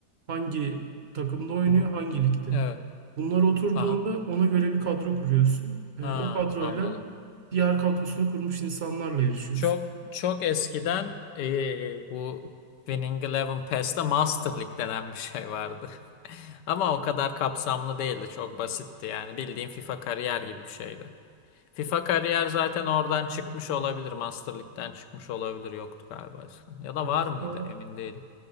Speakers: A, on the right (about 55°); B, on the left (about 80°).
A: hangi takımda oynuyor,
B: Hı hı.
A: hangi ligde.
B: Evet.
A: Bunlar oturduğunda
B: Aha.
A: ona göre bir kadro kuruyorsun. Eee,
B: Ha,
A: o kadroyla
B: anladım.
A: diğer kadrosunu kurmuş insanlarla yarışıyorsun.
B: Çok çok eskiden eee, bu Winning Eleven Pass'te Master League denen bir şey vardı. <laughs> Ama o kadar kapsamlı değildi. Çok basitti yani. Bildiğin FIFA kariyer gibi bir şeydi. FIFA kariyer zaten oradan çıkmış olabilir. Master League'den çıkmış olabilir. Yoktu galiba eskiden. Ya da var
A: FIFA
B: mıydı? Emin değilim.